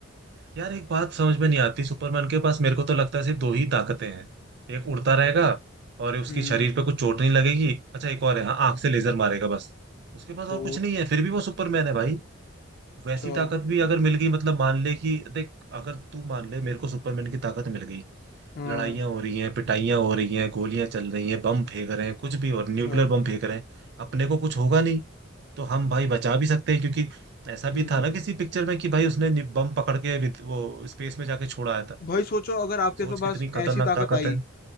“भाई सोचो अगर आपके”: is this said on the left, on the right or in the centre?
Left